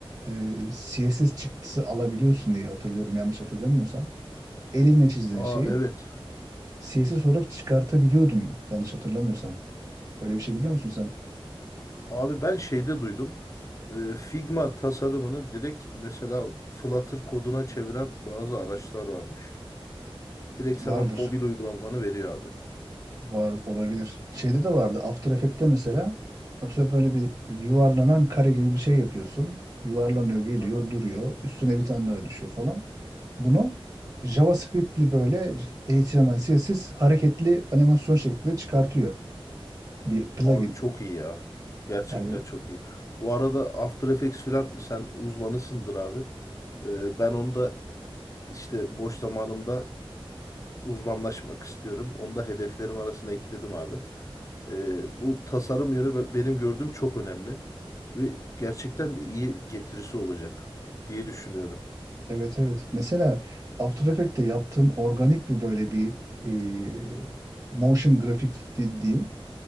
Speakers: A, on the right; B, on the left.
A: e, CSS çıktısı alabiliyorsun diye hatırlıyorum yanlış hatırlamıyorsam. Elinle çizdiğin
B: Aa
A: şeyi
B: evet.
A: CSS olarak çıkartabiliyordum yanlış hatırlamıyorsam. Böyle bir şey biliyor musun sen?
B: Abi ben şeyde duydum. Ee, Figma tasarımını direkt mesela Flutter koduna çeviren bazı araçlar varmış. Direkt sana
A: Vardır.
B: mobil uygulamanı veriyor abi.
A: Var olabilir. Şeyde de vardı. After Effects'te mesela atıyorum böyle bir yuvarlanan kare gibi bir şey yapıyorsun. Yuvarlanıyor, geliyor,
B: Hı hı.
A: duruyor. Üstüne bir tane daha düşüyor falan. Bunu JavaScript'li böyle HTML, CSS hareketli animasyon şeklinde çıkartıyor. Bir plugin.
B: Abi çok iyi ya. Gerçekten
A: Yani
B: çok iyi. Bu arada After Effects filan sen uzmanısındır abi. Ee, ben onu da işte boş zamanımda uzmanlaşmak istiyorum. Onu da hedeflerim arasına ekledim abi. Ee, bu tasarım yönü be- benim gördüğüm çok önemli ve gerçekten de iyi getirisi olacak diye düşünüyorum.
A: evet evet. Mesela After Effects'te yaptığın organik bir böyle bir e, motion grafik dediğim